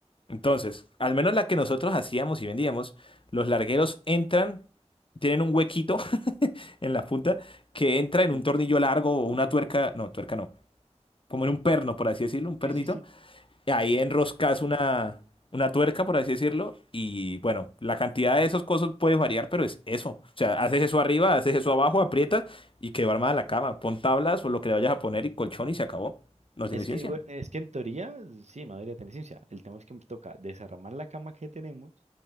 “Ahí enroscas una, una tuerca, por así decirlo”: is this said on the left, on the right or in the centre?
Left